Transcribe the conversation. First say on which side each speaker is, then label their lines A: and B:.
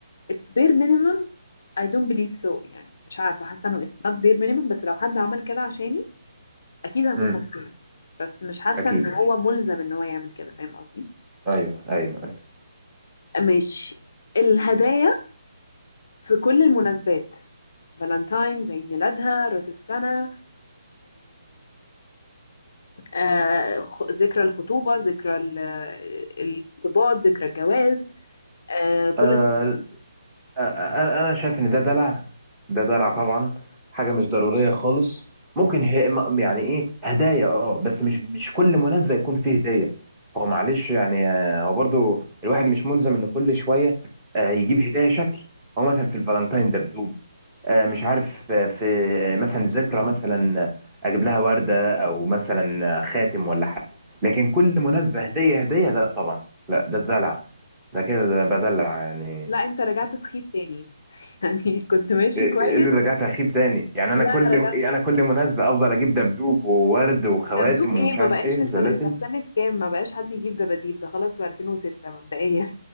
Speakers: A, on the left; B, in the centre.
A: it's bare minimum I don't believe so يعني مش عارفه حاسه انه it's not bare minimum بس لو حد عمل كده عشاني اكيد هكون
B: امم
A: مبسوطه بس مش حاسه
B: اكيد
A: انه هو ملزم ان هو يعمل كده فاهم قصدي
B: ايوه ايوه ايوه
A: ماشي الهدايا في كل المناسبات فالنتاينز عيد ميلادها راس السنه آه، خ- ذكرى الخطوبة ذكرى ال- الارتباط ذكرى الجواز آه، كل
B: امم انا أنا شايف ان ده دلع ده دلع طبعا حاجه مش ضروريه خالص ممكن هي م- يعني ايه هدايا اه بس مش مش كل مناسبه يكون فيه هديه هو معلش يعني آه، هو برضو الواحد مش ملزم ان كل شويه آه، يجيب هدايا شكل هو مثلا في الفالنتاين دبدوب آه، مش عارف آه، في آه، مثلا ذكرى مثلا آه، اجيب لها ورده او مثلا آه، خاتم ولا حاجه لكن كل مناسبه هديه هديه لا طبعا لا ده دلع ده كده ده بدلع يعني
A: لا انت رجعت تخيب تاني <laughs> يعني كنت ماشي
B: ايه
A: كويس
B: إيه اللي رجعت اخيب تاني يعني
A: لا
B: انا كل
A: رجعت
B: إيه، انا كل مناسبه افضل اجيب دبدوب وورد وخواتم
A: دبدوب ايه
B: ومش
A: ما
B: عارف
A: بقاش
B: ايه
A: انت
B: وسلاسل
A: انت في سنة كام ما بقاش حد يجيب دباديب ده خلاص في 2006 مبدئيا